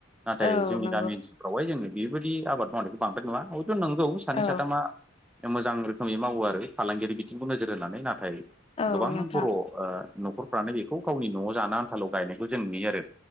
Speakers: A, in the centre; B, on the left.
A: नाथाय
B: औ
A: जोंनि
B: नंगौ
A: गामि ओनसोलाव हाय जोङो बेबायदि आबाद मावनायखौ बांद्राय नङा हयथ' नंगौ सानै
B: औ
A: साथामा मोजां रोखोमै मावो आरो फालांगियारि बिथिंखौ नोजोर होनानै नाथाय
B: औ
A: गोबां
B: नोंथां
A: बर' ओ न'खरफ्रानो बेखौ गावनि न'आव जानो आनथाल' गायनायखौ जों नुयो। आरो